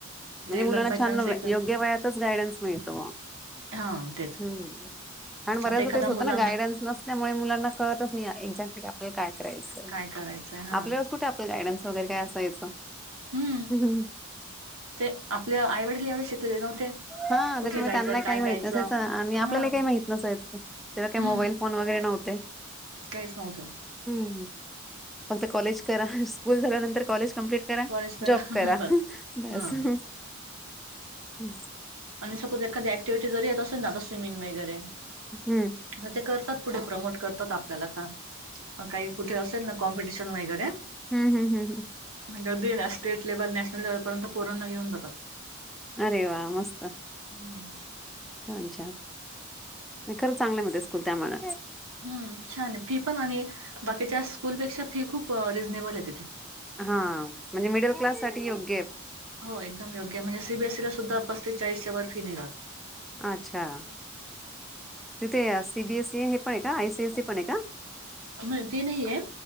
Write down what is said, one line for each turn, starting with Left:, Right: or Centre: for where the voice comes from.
Centre: म्हणजे मुलांना
Right: लक बाय
Centre: छान
Right: चान्स
Centre: नव्हे,
Right: एक
Centre: योग्य वयातच गायडन्स मिळतो.
Right: हा तेच
Centre: हुं, आणि बऱ्याचदा
Right: आता एखादा
Centre: तेच होत
Right: मुला
Centre: ना गायडन्स नसल्यामुळे मुलांना कळतच नाही- एकॅज्याक्टली <unintelligible> काय करायचं,
Right: काय करायचंय हा
Centre: आपल्यावेळेस कुठे आपलं गायडन्स वगैरे काय असायचं..
Right: हम्म
Centre: <unintelligible>
Right: ते आपल्या आईवडील एवढे शिकलेले नव्हते.
Centre: हा
Right: कुठे
Centre: त्याच्यामुळे
Right: जायचं,
Centre: त्यांना
Right: काय
Centre: काही माहित
Right: जायचं,
Centre: नसायचं आणि आपल्याला
Right: हां
Centre: काही माहित नसायचं. तेव्हा काही
Right: हुं
Centre: मोबाईल फोन वगैरे नव्हते.
Right: काहीच नव्हतं.
Centre: हुं पण ते कॉलेज करा, स्कूल झाल्यानंतर कॉलेज- कम्पलीट करा,
Right: कॉलेज
Centre: जॉब करा.
Right: बस
Centre: <unintelligible> बस
Right: हा
Centre: <unintelligible> हुं
Right: आणि सपोज एखादी एक्टीविटी जरी येत असे- <unintelligible> स्विमिंग वगैरे,
Centre: हम्म
Right: अग ते करतात. पुढे प्रमोट करतात आपल्याला च- आ, काही कुठे असेल ना कॉम्पिटिश- तेन वगैरे-
Centre: हुं- हुं -हुं -हुं-
Right: म्हणजे अगदी स्टेट लेव्हल, नॅशनल लेव्हल, पर्यंत पोरांना घऊन जातात.
Centre: अरे वा मस्त!
Right: हुं-
Centre: छान -छान नाही खरं चांगलय मग ते स्कूल त्यामुळ-
Right: हुं छान आहे फी पण आणि बाकीच्या स्कूलपेक्षा फी खू प रिझनेबल आहे तिथे.
Centre: हां, म्हणजे मिडल क्लास साठी येऊन-
Right: हो एकदम योग्य म्हणजे, सी बी एस ई ला सुद्धा पस्तीस चाळीसच्या वर फी नाही जात.
Centre: अच्छा, तिथे सीबीएस- ते हे पण आहे का? आय सी आय सी पण आहे का?
Right: अं ते नाहीये,